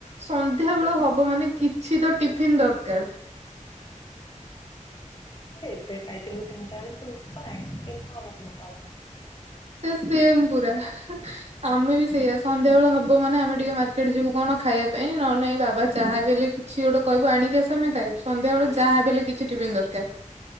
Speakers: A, on the right; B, on the left.
A: ସନ୍ଧ୍ୟା ବେଳ ହବ ମାନେ କିଛି ତ ଟିଫିନ୍ ଦରକାର୍।
B: ତୁ ଏବେ ଖାଇଥିଲୁ ତିନଟା ବେଳକୁ ତତେ ଭୋକ ହେଲାଣି କହିଲି ହଁ ମତେ ଭୋକ କଲାଣି।
A: ସେ ସେମ୍ ପୁରା। ଆମେ ବି ସେଇଆ ସନ୍ଧ୍ୟାବେଳ ହବ ମାନେ ଆମେ ଟିକେ ମାର୍କେଟ ଯିବୁ କଣ ଖାଇବା ପାଇଁ ନହେଲେ ନାଇଁ ବାବା ଯାହାବି ହେଲେ କିଛି ଗୋଟେ କହିବୁ ଆଣିକି ଆସ ଆମେ ଖାଇବୁ ସନ୍ଧ୍ୟାବେେଳେ ଯାହାବି ହେଲେ କିଛି ଟିଫିନ୍ ଦରକାର୍।